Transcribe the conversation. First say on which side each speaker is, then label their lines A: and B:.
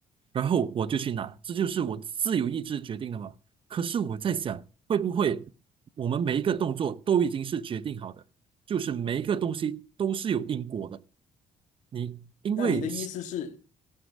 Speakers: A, on the right; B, on the left.
A: 然后我就去拿，这就是我自由意志决定的嘛。可是我在想，会不会我们每一个动作都已经是决定好的，就是每一个东西都是有因果的，你因为。
B: 那你的意思是，